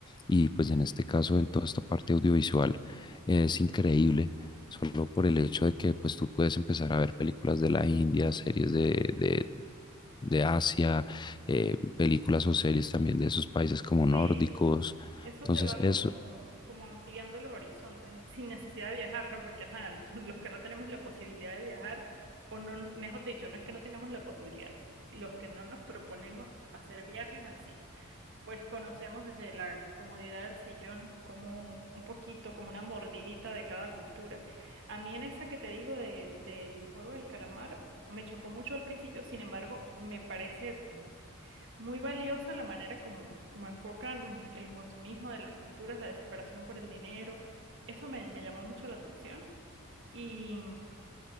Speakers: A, on the left; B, on the right.
A: y pues en este caso en toda esta parte audiovisual, eh, es increíble solo por el hecho de que pues tú puedes empezar a ver películas de la India, series de, de, de Asia, eh, películas o series también de esos países como nórdicos.
B: Sí, Eso
A: Entonces,
B: te va
A: eso,
B: como, como ampliando los horizontes, sin necesidad de viajar, ¿no? Porque, ajá, <laughs> los que no tenemos la posibilidad de viajar, o no, mejor dicho, no es que no tengamos la posibilidad, los que no nos proponemos hacer viajes así, pues conocemos desde la comodidad del sillón como un poquito, como una mordidita de cada cultura. A mí en esa que te digo de- del juego del calamar, me chocó mucho al principio, sin embargo, me parece muy valiosa la manera como, como enfocan el consumismo de las culturas, la desesperación por el dinero. Eso me, me llamó mucho la atención y,